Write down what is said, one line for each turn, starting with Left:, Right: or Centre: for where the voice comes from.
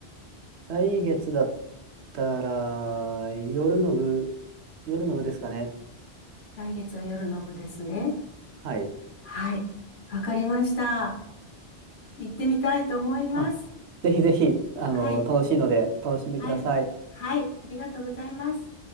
Right: 来月だったら夜の部、夜の部ですかね。
Left: 来月は夜の部ですね。
Right: はい。
Left: はい。わかりました。行ってみたいと思います。
Right: あ、ぜひぜひ、あの、
Left: はい、
Right: 楽しいので、楽しんでください。
Left: はい、はい、ありがとうございます。